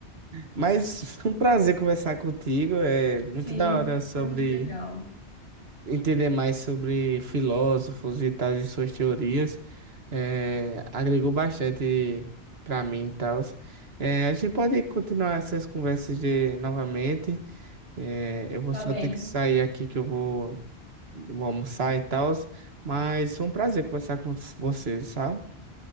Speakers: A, on the right; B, on the left.
A: Mas <laughs> foi um prazer conversar contigo. É muito
B: Sim,
A: da hora sobre.
B: foi muito legal.
A: entender mais sobre filósofos e tal, e suas teorias, eh, agregou bastante para mim e tal. a gente pode continuar essas conversas de, novamente. Eh, eu vou
B: Tá
A: só
B: bem.
A: ter que sair aqui que eu vou, vou almoçar e tal, mas foi um prazer conversar com vocês, sabe?